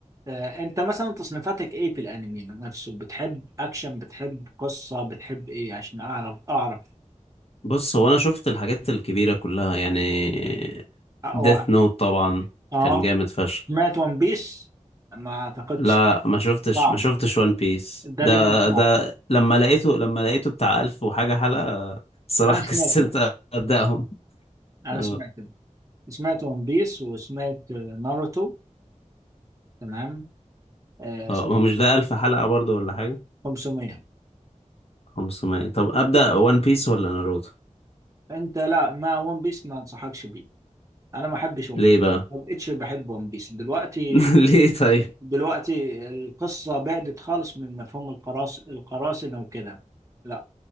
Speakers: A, on the right (about 25°); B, on the left (about 50°).
A: آه انت مثلا تصنيفاتك ايه في الانمي نفسه بتحب اكشن بتحب قصة بتحب ايه عشان اعرف اعرف
B: بص هو انا شفت الحاجات الكبيرة كلها يعني
A: اه
B: ديث نوت طبعا
A: آه.
B: كان جامد فشخ
A: سمعت ون بيس ما اعتقدش
B: لا ما شفتش
A: صعب
B: ما شفتش وان بيس
A: ده
B: ده
A: ليفل صعب
B: ده لما لقيته لما لقيته بتاع ألف وحاجة حلقة صراحة
A: انا سمعته
B: <laughs> كسلت أبدأهم
A: انا
B: اه
A: سمعته سمعت ون بيس وسمعت آه، ناروتو تمام آه
B: اه
A: سمعت
B: ما مش ده ألف حلقة برضو ولا حاجة
A: 500
B: 500 طب أبدأ وان بيس ولا ناروتو
A: انت لا ما ون بيس ما انصحكش بيه انا ما بحبش ون
B: ليه
A: بيس
B: بقى
A: ما بقتش بحب ون بيس دلوقتي
B: <laughs> ليه طيب
A: دلوقتي القصه بعدت خالص من مفهوم القراص القراصنه وكده لا